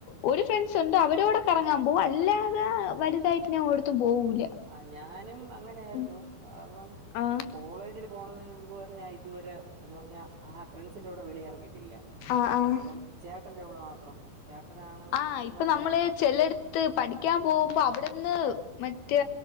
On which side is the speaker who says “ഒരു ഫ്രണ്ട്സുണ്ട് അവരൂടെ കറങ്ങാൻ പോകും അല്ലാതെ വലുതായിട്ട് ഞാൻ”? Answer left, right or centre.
Left